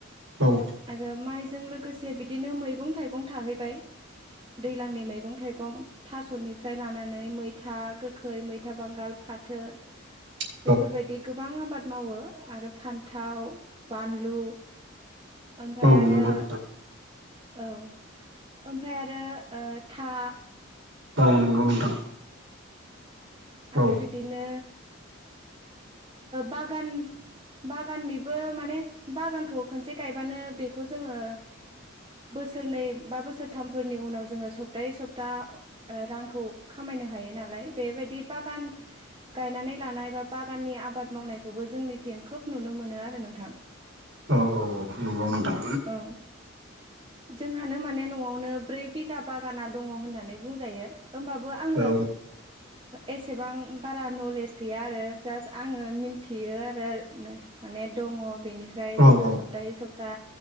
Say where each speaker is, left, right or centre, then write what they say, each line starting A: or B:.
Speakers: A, on the right (about 60°); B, on the right (about 25°).
A: औ
B: आरो माइजों लोगोसे बिदिनो मैगं थाइगं थाहैबाय दैज्लांनि मैं मैगं थाइगं थास'निफ्राय लानानै मैथा गोखै मैथा बांगाल फाथो
A: <unintelligible>
B: बेफोरबायदि गोबां आबाद मावो आरो फान्थाव बानलु ओमफ्राय
A: औ
B: आरो
A: नंगौ नोंथां
B: औ ओमफ्राय आरो था
A: औ नंगौ नोंथां
B: आरो
A: औ
B: बिदिनो बागान बागाननिबो माने बागानखौ खनसे गायबानो बेखौ जोङो बोसोरनै बा बोसोरथामफोरनि उनाव जोङो सप्तायै सप्ता रांखौ खामायनो हायो नालाय बेबायदि बागान गायनानै लानाय बा बागाननि आबाद मावनायखौबो जोंनिथिं खोब नुनो मोनो आरो नोंथां
A: औ औ औ नंगौ नोंथां
B: औ जोंहानो माने न'आवनो ब्रै बिगा बागाना दङ होननानै बुंजायो होमबाबो आङो
A: औ
B: एसेबां बारा नलेज गैया आरो जास्ट आङो मिन्थियो आरो माने दङ बेनिफ्राय
A: औ
B: जोङो
A: औ
B: सप्ताहै सप्ता